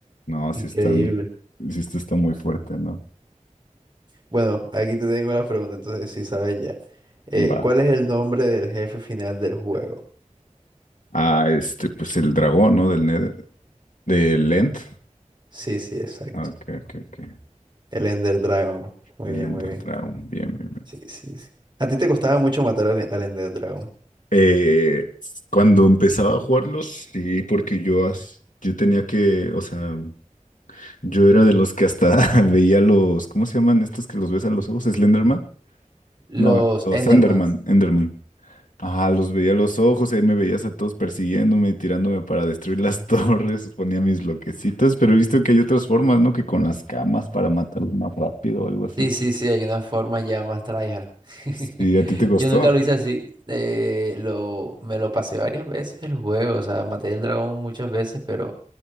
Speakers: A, on the left; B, on the right.
A: No,
B: Increíble.
A: sí están, sí esto está muy fuerte, ¿no?
B: Bueno, aquí te tengo la pregunta, entonces sí sabes ya. Eh,
A: Va.
B: ¿cuál es el nombre del jefe final del juego?
A: Ah, este, pues el dragón, ¿no? Del Ned, del End.
B: Sí, sí, exacto.
A: Ah, Ok, ok, ok.
B: El Ender Dragon. Muy
A: El
B: bien,
A: Ender
B: muy bien.
A: Dragon, bien, bien, bien.
B: Sí, sí, sí. ¿A ti te costaba mucho matar al, al Ender Dragon?
A: Eh, cuando empezaba a jugarlos, sí, porque yo, as- yo tenía que, o sea, yo era de los que hasta <laughs> veía los, ¿cómo se llaman estos que los ves a los ojos? ¿Slenderman?
B: Los
A: No, los
B: Endermans.
A: Enderman, Enderman. Ah, los veía a los ojos, ahí me veías a todos persiguiéndome y tirándome para destruir las <laughs> torres, ponía mis bloquecitos, pero he visto que hay otras formas, ¿no? Que con las camas para matarlos más rápido o algo así.
B: Sí, sí, sí, hay una forma ya más tryhard. <laughs>
A: Sí, ¿a ti te costó?
B: Yo nunca lo hice así. eh, lo, me lo pasé varias veces el juego. O sea, maté el dragón muchas veces, pero